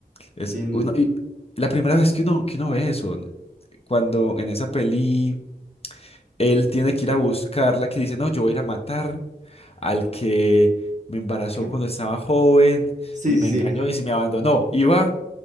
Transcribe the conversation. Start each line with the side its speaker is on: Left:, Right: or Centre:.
Left: Es
Right: Sin...
Left: uno, y la primera vez que uno, que uno ve eso, cuando en esa peli. Él tiene que ir a buscarla, que dice, no, yo voy a ir a matar al que me embarazó
Right: que-
Left: cuando estaba joven
Right: Sí,
Left: y
Right: sí,
Left: me
Right: sí.
Left: engañó y se me abandonó. Y va